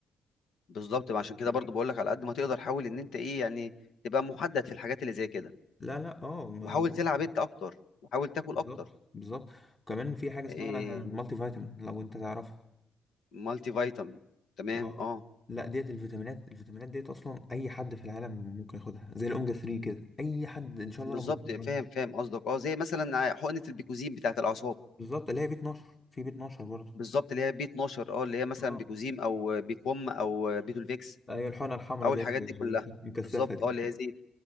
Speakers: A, on the left; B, on the left.
A: بالظبط ما عشان كده
B: فاهمني
A: برضو بقول لك على قد ما تقدر حاول إن أنت إيه يعني تبقى محدد في الحاجات اللي زي كده
B: لا لا اه ما-
A: وحاول تلعب أنت أكتر وحاول تاكل
B: بالظبط
A: أكتر
B: بالظبط وكمان في حاجه اسمها
A: إيه
B: مالتي فيتامين لو انت تعرفها
A: مالتي فيتامين تمام
B: اه
A: أه
B: لا ديت الفيتامينات الفيتامينات ديت اصلا اي حد في العالم ممكن ياخدها زي الاوميجا 3 كده اي حد ان شاء الله
A: بالظبط
B: لو ما بياخدهاش
A: فاهم فاهم قصدك أه زي مثلا حقنة البيكوزين بتاعت الأعصاب
B: بالظبط اللي هي بي 12 في بي 12 برضه
A: بالظبط اللي هي بي 12 اه اللي هي مثلا
B: اه
A: بيكوزيم او بيكوم او بيتولفيكس
B: ايوه الحقنه الحمراء
A: او
B: ديت
A: الحاجات دي كلها
B: المكثفه
A: بالظبط
B: دي
A: اه اللي هي زيت